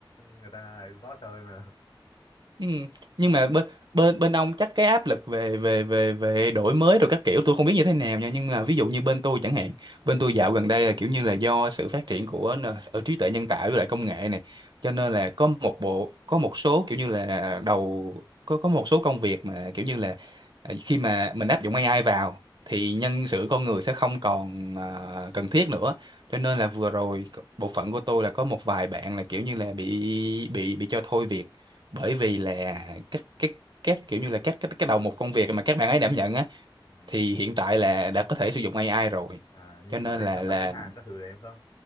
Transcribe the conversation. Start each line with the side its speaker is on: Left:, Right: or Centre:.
Left: người ta ấy rót cho thôi mà
Right: Ừ. Nhưng mà bên bên bên ông chắc cái áp lực về về về về đổi mới rồi các kiểu tôi không biết như thế nào nha nhưng mà ví dụ như bên tôi chẳng hạn bên tôi dạo gần đây là kiểu như là do sự phát triển của n- ở trí tuệ nhân tạo với lại công nghệ này cho nên là có một bộ có một số kiểu như là đầu có có một số công việc mà kiểu như là à, khi mà mình áp dụng AI vào thì nhân sự con người sẽ không còn à, cần thiết nữa cho nên là vừa rồi bộ phận của tôi là có một vài bạn là kiểu như là bị bị bị cho thôi việc bởi vì là các các các kiểu như là các cái cái đầu một công việc mà các bạn ấy đảm nhận á
Left: ừ.
Right: thì hiện tại là đã có thể sử dụng AI rồi
Left: à, như
Right: cho nên
Left: kiểu bên
Right: là
Left: chăm
Right: là
Left: sóc khách hàng các thứ đấy đúng không